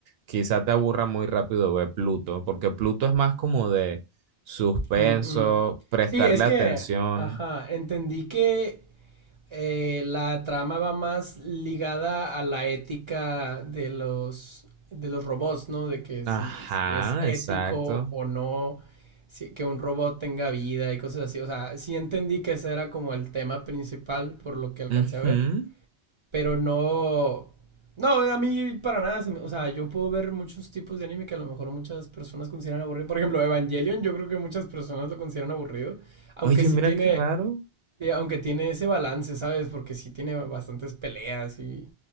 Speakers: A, on the right; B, on the right.
A: quizá te aburra muy rápido ver Pluto, porque Pluto es más como de suspenso,
B: como, mm.
A: prestarle
B: sí, es que,
A: atención.
B: ajá, entendí que eh, la trama va más ligada a la ética de los, de los robots, ¿no? De que
A: Ajá,
B: si, si es ético
A: exacto.
B: o no, si- que un robot tenga vida y cosas así. O sea, sí entendí que ese era como el tema principal por lo que alcancé
A: Ujú.
B: a ver, pero no... No, a mí para nada, se me- o sea, yo puedo ver muchos tipos de anime que a lo mejor muchas personas consideran aburrido. Por ejemplo, Evangelion, yo creo que muchas personas lo consideran aburrido, aunque
A: Oye,
B: sí
A: mira
B: tiene
A: qué raro.
B: Sí, aunque tiene ese balance, ¿sabes? Porque sí tiene bastantes peleas y,